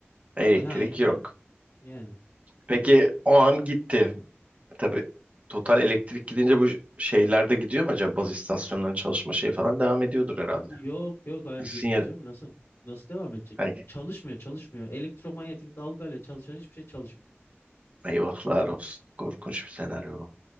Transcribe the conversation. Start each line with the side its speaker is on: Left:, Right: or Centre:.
Right: Elektrik
Left: Ha yani
Right: yok.
Left: yani.
Right: Peki o an gitti. Tabii total elektrik gidince bu şeyler de gidiyor mu acaba? Baz istasyonlarının çalışma şeyi falan devam ediyordur herhalde.
Left: Yok yok hayır gitti
Right: Sinyal,
Left: canım. Nasıl? Nasıl devam edecek?
Right: ay,
Left: Çalışmıyor çalışmıyor. Elektromanyetik dalgayla çalışan hiçbir şey çalışmıyor.
Right: eyvahlar olsun. Korkunç bir senaryo bu.